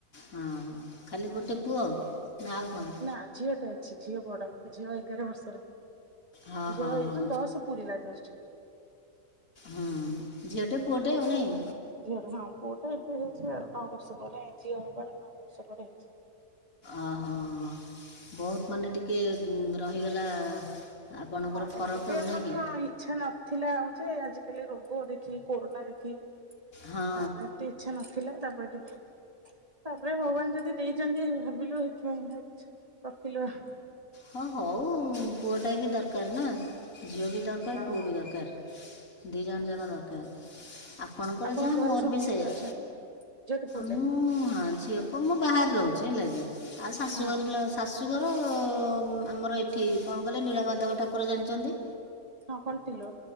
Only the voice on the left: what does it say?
ହଁ ଖାଲି ଗୋଟେ ପୁଅ ନା ଆଉ କଣ?
ହଁ
ହଁ ହଁ
ହଁ ଝିଅଟେ ପୁଅଟେ ଆଉ ନାଇ?
ଓହୋ ବହୁତ ମାନେ ଟିକେ ଗୁ ରହିଗଲା ଆପଣଙ୍କର
ଫରକ
ଆଉ
ନା କି
ହଁ
ହଁ ହଉ ପୁଅ ଟାଏ ବି ଦରକାର ନା! ଝିଅ ବି ଦରକାର
ପୁଅ
ବି ଦରକାର। ଦି ଜଣ ଯାକ ଦରକାର। ଆପଣଙ୍କର
ଯାହା
ମୋର୍
ବି
ସେୟା
ମୁଁ ହଁ ଝିଅ କୁ ମୁଁ ବାହାରେ ରହୁ ବୁଝି ହେଲା କି? ଆ ଶାଶୁ
ଘରେ ଲୋ ଶାଶୁ <unintelligible> ଆମର ଏଠି କଣ କହିଲେ ନୀଳମାଧବ ଠାକୁର ଜାଣିଛନ୍ତି?